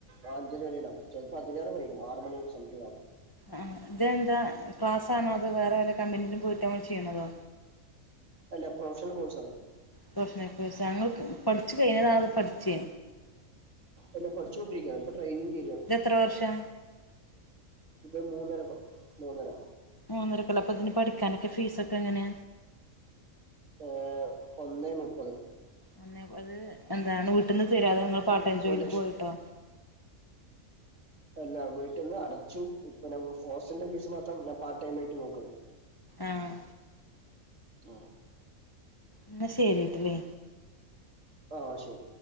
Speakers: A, on the right (about 60°); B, on the left (about 20°).
A: ആഹ് അഞ്ചരവരെ ഉണ്ടാകും. ചിലപ്പോ അതിനേരം വൈകും ആറ് മണി സദ്യേയാവും
B: ആഹ് ഇതെന്താ ക്ലാസ് ആണോ? അത് വേറെ വല്ല കമ്പനിയിലും പോയിട്ട് ചെയ്യണതോ?
A: അല്ല പ്രൊഫഷണൽ കോഴ്സ് ആണ്.
B: പ്രൊഫഷണൽ കോഴ്സാ നിങ്ങൾക്ക് പഠിച്ച് കഴിച്ചതാ പഠിച്ചേ?
A: അല്ല പഠിച്ചോണ്ടിരിക്കുവാ. ഇപ്പം ട്രയിനിങ്ങ് കേരിയ
B: ഇത് എത്ര വർഷാ?
A: ഇത് മൂന്നരകൊ-മൂന്നര.
B: മൂന്നരക്കൊല്ലം. അപ്പ ഇതിന് പഠിക്കാനൊക്കെ ഫീസ് ഒക്കെ എങ്ങനാ?
A: ഏഹ് ഒന്നേ മുപ്പത്.
B: ഒന്നെ അത് എന്താ വീട്ടിന്ന് തരുവോ? നിങ്ങള് പാർട്ടൈം ജോലിക്ക്
A: ഒരു ലക്ഷം
B: പോയിട്ടോ?
A: അല്ല വീട്ടിൽന്ന് അടച്ചു. ഇപ്പ ഹോസ്റ്റലിന്റെ ഫീസ് മാത്രം ഞാൻ പാർട്ട് ടൈം ആയിട്ട് നോക്കുന്നു.
B: ആഹ്
A: ആഹ്
B: എന്നാ ശരിട്ടല്ലേ
A: ആഹ് ശരി.